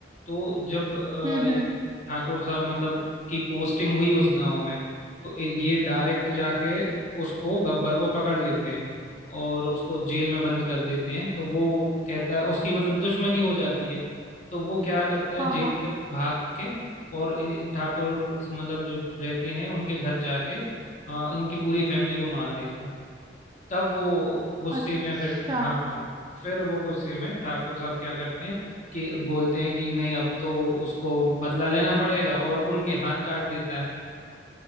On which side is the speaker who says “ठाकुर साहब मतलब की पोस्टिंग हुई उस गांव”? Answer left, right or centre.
Left